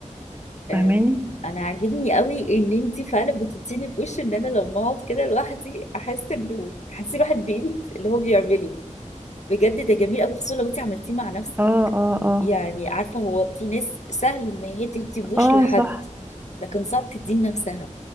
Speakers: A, on the left; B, on the right.
A: آه،
B: فاهماني
A: انا عاجبني قوي ان انتي فعلا بتديني في وش ان انا لما اقعد كده لوحدي احس انه تحسي الواحد بقيمه اللي هو بيعمله بجد ده جميل قوي خصوصا لو انتي عملتيه مع نفسك
B: اه اه اه
A: يعني عارفه هو في ناس سهل ان هي تدي بوش
B: اه
A: لحد
B: صح
A: لكن صعب تديه لنفسها